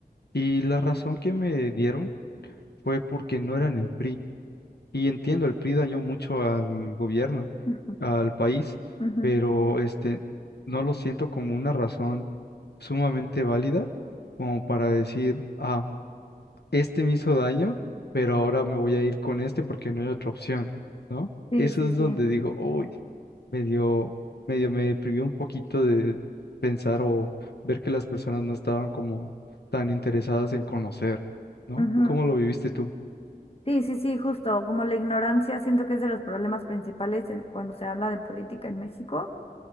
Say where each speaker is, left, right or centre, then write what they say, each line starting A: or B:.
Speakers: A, on the left; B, on the left.
A: Y la razón que me dieron fue porque no eran el PRI. Y entiendo, el PRI dañó mucho al gobierno,
B: Ujú,
A: al país,
B: ujú.
A: pero este, no lo siento como una razón sumamente válida como para decir, ah, este me hizo daño, pero ahora me voy a ir con este porque no hay otra opción, ¿no?
B: Sí,
A: Eso
B: sí,
A: es
B: sí.
A: donde digo, uy, medio, medio me privió un poquito de pensar o ver que las personas no estaban como tan interesadas en conocer, ¿no?
B: Ujú.
A: ¿Cómo lo viviste tú,
B: Sí, sí, sí, justo, como la ignorancia siento que es de los problemas principales en- cuando se habla de política en México,